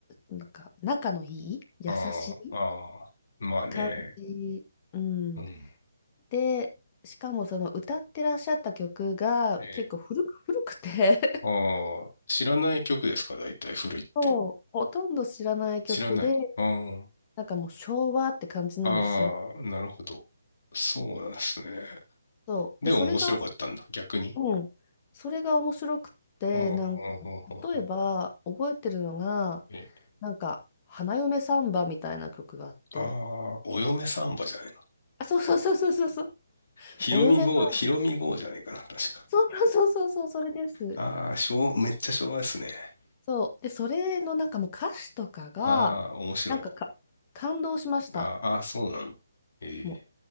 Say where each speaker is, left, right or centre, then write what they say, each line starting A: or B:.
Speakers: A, on the left; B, on the left.
A: う、なんか仲のいい、優しい
B: ああ、ああ。まあね。
A: 感じ。うん。
B: うん。
A: で、しかもその歌ってらっしゃった曲が結構古く、
B: え、
A: 古くて
B: ああ、知らない曲ですか大体古いって。
A: <laughs> そう、<laughs> ほとんど知らない曲で、
B: 知らない。あ
A: なんかもう昭和って感じなんですよ。
B: あ、ああ、なるほど。そうなんですね。
A: そう。
B: でも面白かったんだ。
A: で、それが、
B: 逆に。
A: うん。それが面白くって、
B: ああ、
A: なんか、
B: ほうほうほ
A: 例えば覚えてるのが、
B: うえ、
A: なんか、花嫁サンバみたいな曲があって、
B: ああ、お嫁サンバじゃないの。
A: あ、そうそうそうそうそうそう。
B: ひろみ号、
A: お嫁さん。
B: ひろみ号じゃないかな、確か。
A: そうそうそうそうそう、それです。
B: ああ、昭、めっちゃ昭和ですね。
A: そう。で、それのなんかもう歌詞とかが、
B: ああ、面白い。
A: なんか、か、感動しました。
B: あ、あ、そうなの。ええ。
A: も